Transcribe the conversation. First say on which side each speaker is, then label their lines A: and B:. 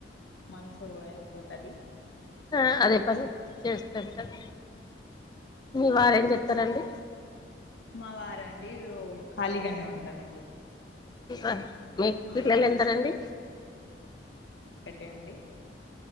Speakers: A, on the left (about 80°); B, on the left (about 25°).
A: మనసు పోతది
B: ఆ అదే పని చేస్తుంటారు మీ వారు ఏం చే స్తారండి
A: మా వారు అండి ఓ ఖాళీగానే ఉంటారండి
B: ఆ మీక్
A: అవునండి
B: పిల్లలు ఎందరండి
A: ఓకే అండి